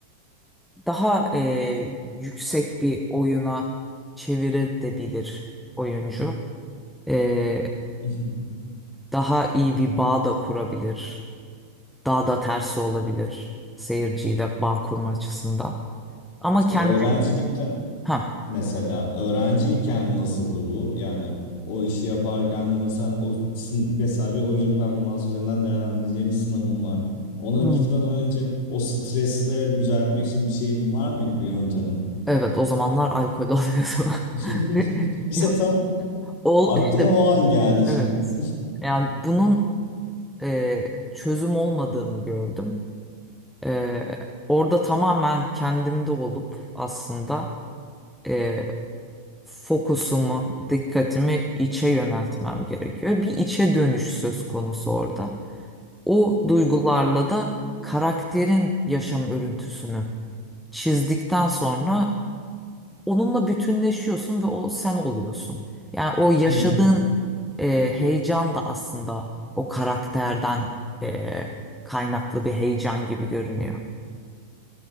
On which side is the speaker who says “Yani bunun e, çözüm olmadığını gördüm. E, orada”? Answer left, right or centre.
Centre